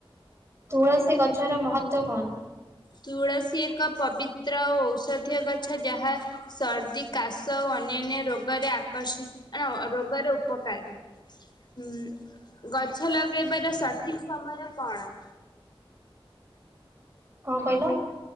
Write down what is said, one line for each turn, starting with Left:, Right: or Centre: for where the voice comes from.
Right: ତୁଳସୀ ଗଛର ମହତ୍ତ୍ଵ କଣ?
Left: ତୁଳସୀ ଏକ ପବିତ୍ର ଓ ଔଷଧୀୟ ଗଛ ଯାହା ସର୍ଦ୍ଦି କାଶ ସ ଓ ଅନ୍ୟାନ୍ୟ ରୋଗରେ ଆକର୍ଷିଣ ରୋଗରେ ଉପକାରୀ। ହୁଁ ଗଛ ଲଗେଇବାର ସଠିକ୍ ସମୟ କଣ?
Right: କଁ କହିଲ?